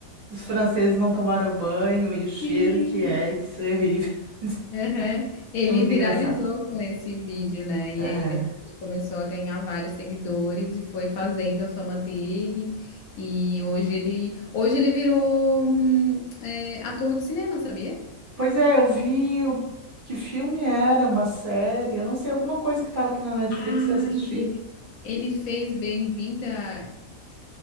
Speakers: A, on the right; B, on the left.
A: Os franceses não tomaram banho e o cheiro
B: Sim,
A: que é, e que isso é horrível. <laughs>
B: Aham. Ele
A: É muito
B: viralizou
A: engraçado.
B: com esse vídeo, né? E
A: É.
B: aí depois ele começou a ganhar vários seguidores e foi fazendo a fama dele. E hoje ele, hoje ele virou hum, é, ator de cinema, sabia?
A: Pois é, eu vi o- que filme era, uma série, eu não sei, alguma coisa que estava aqui na Netflix
B: Ai,
A: que eu assisti.
B: Ele ele fez Bem-vinda,